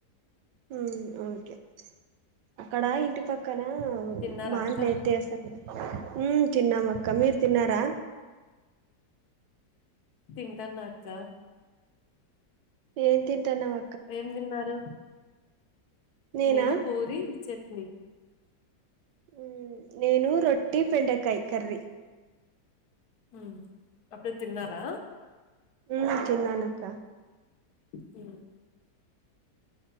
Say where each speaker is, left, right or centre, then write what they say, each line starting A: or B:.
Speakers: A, on the right (about 85°); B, on the left (about 65°).
A: ఉమ్మ్ ఓకే అక్కడా ఇంటి పక్కన
B: తిన్నారా
A: మాన్లేతేస్తున్నదా
B: అక్క
A: ఉమ్ తిన్నాం అక్క మీరు తిన్నారా
B: తింటాన్న అక్క
A: ఏం తింటన్నావు
B: ఏం తిన్నారు
A: నేనా
B: నేను పూరి చట్నీ
A: ఉ నేను రొట్టి బెండకాయ కర్రీ
B: ఉ అప్పుడే తిన్నారా
A: ఉ తిన్నాను అక్క
B: హు